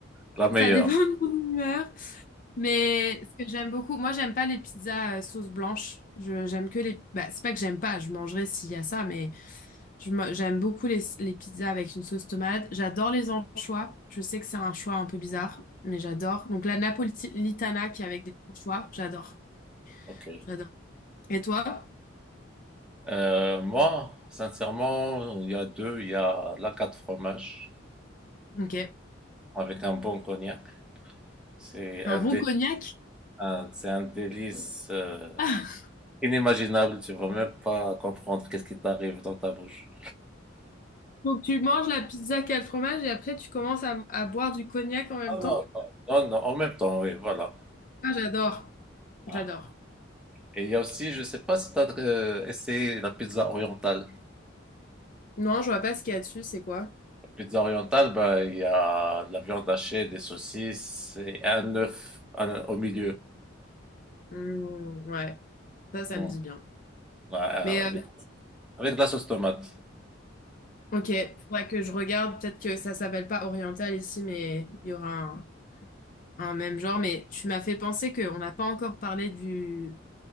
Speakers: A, in the centre; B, on the left.
A: La meilleure.
B: ça dépend de mon humeur. Mais ce que j'aime beaucoup, moi j'aime pas les pizzas euh, sauce blanche. Je j'aime que les. Bah, c'est pas que j'aime pas, je mangerai s'il y a ça, mais je me- j'aime beaucoup les, les pizzas avec une sauce tomate. J'adore les anchois. Je sais que c'est un choix un peu bizarre, mais j'adore. Donc la napolitana qui est avec des anchois, j'adore,
A: Ok.
B: j'adore. Et toi?
A: Euh, moi, sincèrement, il y a deux. Il y a la quatre fromages
B: Ok.
A: avec un bon cognac. C'est
B: Un
A: un,
B: bon
A: dé-
B: cognac?
A: un- c'est un délice euh,
B: <laughs>
A: inimaginable. Tu vas même pas comprendre qu'est-ce qui t'arrive dans ta bouche.
B: Donc tu manges la pizza qu'à le fromage et après tu commences à, à boire du cognac en même
A: Ah
B: temps?
A: non, non, non, en même temps, oui, voilà.
B: Ah j'adore,
A: Ah.
B: j'adore.
A: Et il y a aussi, je sais pas si tu as essayé la pizza orientale.
B: Non, je vois pas ce qu'il y a dessus, c'est quoi?
A: La pizza orientale, ben, il y a de la viande hachée, des saucisses et un œuf un- au milieu.
B: Hmm, ouais, ça, ça
A: Mm.
B: me dit bien.
A: Ouais, euh,
B: Mais
A: avec
B: euh,
A: avec de la sauce tomate.
B: ok, faudrait que je regarde. Peut-être que ça s'appelle pas oriental ici, mais il y aura un, un même genre. Mais tu m'as fait penser qu'on n'a pas encore parlé du,